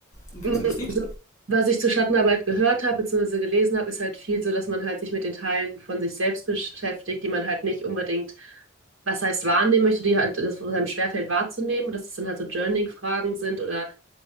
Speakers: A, on the left; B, on the right.
A: und
B: Mm,
A: wozu das dient?
B: Also, was ich zur Schattenarbeit gehört habe, beziehungsweise gelesen habe, ist halt viel so, dass man halt sich mit den Teilen von sich selbst beschäftigt, die man halt nicht unbedingt, was heißt wahrnehmen möchte, die halt, das wo es einem schwerfällt wahrzunehmen und dass es dann halt so Journaling-Fragen sind oder